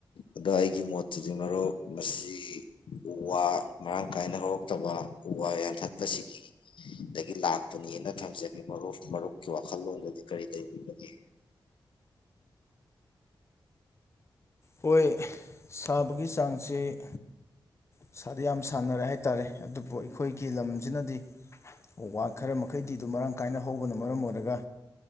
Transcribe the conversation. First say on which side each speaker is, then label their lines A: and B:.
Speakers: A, on the left; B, on the left.
A: ꯑꯗꯣ ꯑꯩꯒꯤ ꯃꯣꯠꯇꯨꯗꯤ ꯃꯔꯨꯞ ꯃꯁꯤ ꯎ ꯋꯥ ꯃꯔꯥꯡ ꯀꯥꯏꯅ ꯍꯧꯔꯛꯇꯕ ꯎ ꯋꯥ ꯌꯥꯟꯊꯠꯄꯁꯤꯒꯤ ꯗꯒꯤ ꯂꯥꯛꯄꯅꯦꯅ ꯊꯝꯖꯒꯦ ꯃꯔꯨꯞ ꯃꯔꯨꯞꯀꯤ ꯋꯥꯈꯜꯂꯣꯟꯗꯗꯤ ꯀꯔꯤ ꯂꯩꯕꯤꯕꯒꯦ
B: ꯍꯣꯏ ꯁꯥꯕꯒꯤ ꯆꯥꯡꯁꯦ ꯁꯥꯗꯤ ꯌꯥꯝ ꯁꯥꯟꯅꯔꯦ ꯍꯥꯏꯇꯥꯔꯦ ꯑꯗꯨꯕꯨ ꯑꯩꯈꯣꯏꯒꯤ ꯂꯝꯁꯤꯅꯗꯤ ꯎ ꯋꯥ ꯈꯔ ꯃꯈꯩꯗꯤ ꯑꯗꯨꯝ ꯃꯔꯥꯡ ꯀꯥꯏꯅ ꯍꯧꯕꯅ ꯃꯔꯝ ꯑꯣꯏꯔꯒ